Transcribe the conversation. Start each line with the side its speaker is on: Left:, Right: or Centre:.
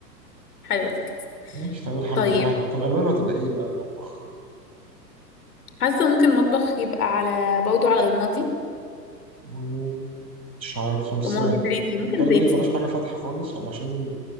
Left: حلوة الفكرة
Right: ماشي طب الحمد
Left: طيب
Right: يعني طب ألوانه هتبقى إيه بقى المطبخ؟
Left: حاسة ممكن المطبخ يبقى على برضه على رمادي
Right: مم، مش عارف بس
Left: رمادي زيتي ممكن
Right: خلي
Left: زيتي
Right: بالك بلاش حاجة فاتحة خالص علشان